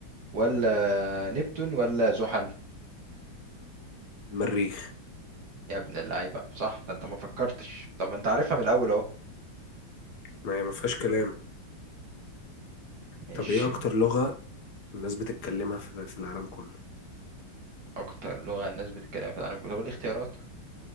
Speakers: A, on the right; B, on the left.
A: ولا نبتون ولا زحل
B: المريخ
A: يا ابن اللعيبه صح ده انت ما فكرتش طب ما انت عارفها من الاول اهو
B: ما هي ما فيهاش كلام
A: ماشي
B: طب ايه اكتر لغة الناس بتتكلمها في في العالم كله
A: اكتر لغه الناس بتتكلم في العالم كله طب قول لي اختيارات